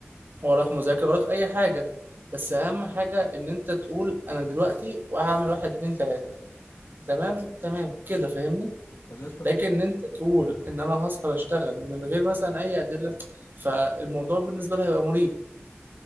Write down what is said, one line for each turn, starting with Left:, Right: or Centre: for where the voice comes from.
Right: وراك مذاكرة وراك أي حاجة بس أهم حاجة إن أنت تقول أنا دلوقتي وهعمل واحد اتنين تلاتة تمام تمام كده فاهمني
Left: طب يا اسطى في-
Right: لكن إن أنت تقول إن أنا هسهر أشتغل من غير مثلا أي أدلة فالموضوع بالنسبة لها هيبقى مريب